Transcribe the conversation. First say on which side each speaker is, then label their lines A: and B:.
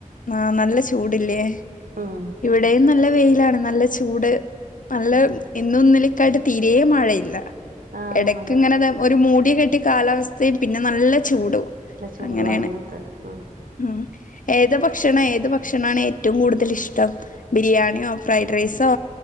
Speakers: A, on the left; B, on the right.
A: ആഹ് നല്ല ചൂടടല്ലേ ഇവി
B: ഉം
A: ഇവിടെയും നല്ല വെയിലാണ് നല്ല ചൂട് നല്ല
B: ഉം
A: ഇന്നും ഇന്നലെക്കെയായിട്ട് തീരേം മഴയില്ല
B: ആഹ്
A: എടയ്ക്ക്
B: അതെ
A: ഇങ്ങനെ ഒരു മൂടിയ കെട്ടിയ കാലാവസ്ഥയും പിന്നെ നല്ല ചൂടും
B: ചൂട്
A: അങ്ങനെയാണ്
B: അങ്ങനത്തെ ആഹ്
A: ഉം ഏത് ഭക്ഷണം ഏത് ഭക്ഷണാണ് ഏറ്റവും കൂടുതൽ ഇഷ്ടം ബിരിയാണിയോ ഫ്രൈഡ് റൈസോ